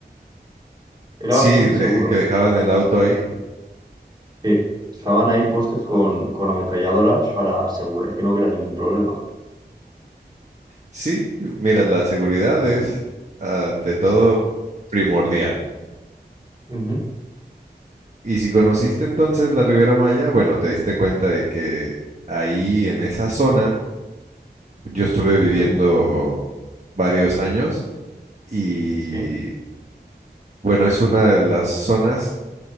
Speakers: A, on the right (about 25°); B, on the right (about 45°).
A: Era
B: Sí,
A: bastante
B: de-
A: seguro.
B: que dejaban el auto ahí.
A: Sí, estaban ahí puestos con, con ametralladoras para asegurar que no hubiera ningún problema.
B: Sí, mira, la seguridad es ante todo primordial.
A: Ujú.
B: Y si conociste entonces la Riviera Maya, bueno, te diste cuenta de que ahí en esa zona yo estuve viviendo
A: Mm,
B: varios años y
A: Sí,
B: bueno, es una de las zonas